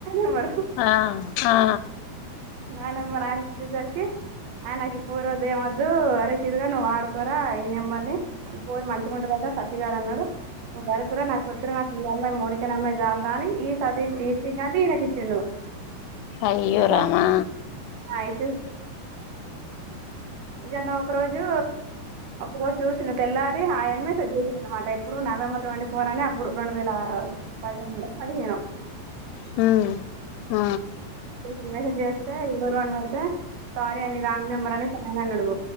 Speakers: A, on the right; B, on the left.
A: ఆమ్మరు
B: ఆ ఆ
A: నాెమ నానకిద్ద సరికి అయనకిపోూరదు ఏవమద్దు చరగా ఆడుకో అయినమ్మా ఇ మ వుండా దేనా సర్దిగాడు అన్నాడు నువ్వు వర కూడా నాకుొదురు నాకు ఈ అమ్మాయి మోనికని అమ్మాయి జాల రాని సద ఈ కడి హది ఏను
B: అయ్యో
A: ఇయితే సారియితే
B: రామా
A: జన ఒక రోజు రో చూసిన తెల్లార హయన్మెస్ అనమాట ఇప్పుడు నవంబర్ ట్వంటీ ఫోర్ అనే అప్పుడు రెండు వేల పదిహేను మడ అది ఏన
B: హ ఆ
A: మ ఎవరు అనబడితే సారీ అని రాంగ్ నెంబర్ అని సాయన్ అడు